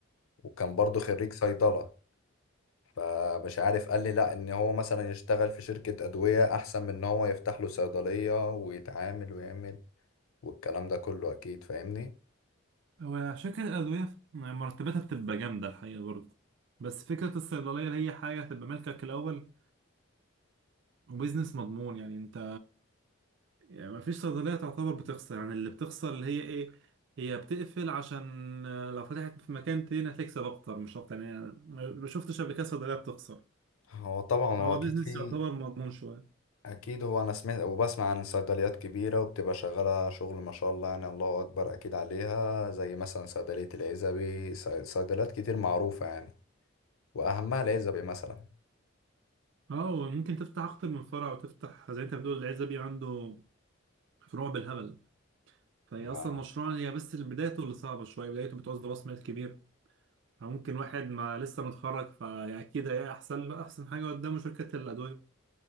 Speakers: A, on the left (about 85°); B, on the right (about 60°).
A: وكان برضو خريج صيدله فمش عارف قال لي لا ان هو مثلا يشتغل في شركه ادويه احسن من ان هو يفتح له صيدليه ويتعامل ويعمل والكلام ده كله اكيد فاهمني
B: هو عشان كده الأدوية مرتباتها بتبقى جامدة الحقيقة برضه بس فكرة الصيدلية اللي هي حاجة تبقى ملكك الأول وبيزنس مضمون يعني أنت يعني مفيش صيدلية تعتبر بتخسر يعني اللي بتخسر اللي هي إيه هي بتقفل عشان آه، لو فتحت في مكان تاني هتكسب أكتر مش أكتر يعني أنا ما شفتش قبل كده صيدلية بتخسر
A: هو طبعا هو
B: هو
A: اكيد
B: بيزنس
A: في
B: يعتبر مضمون شوية
A: اكيد هو انا سمعت وبسمع عن صيدليات كبيره وبتبقى شغاله شغل ما شاء الله يعني الله اكبر اكيد عليها زي مثلا صيدليه العزبي صي- صيدليات كتير معروفه يعني واهمها العزبي مثلا
B: أه وممكن تفتح أكتر من فرع وتفتح زي أنت بتقول العزبي عنده فروع بالهبل فهي أصلا
A: آه.
B: مشروع هي بس بدايته اللي صعبة شوية بدايته بتعوز راس مال كبير فممكن واحد ما لسه متخرج فأكيد هي أحسن له، أحسن حاجة قدامه شركة الأدوية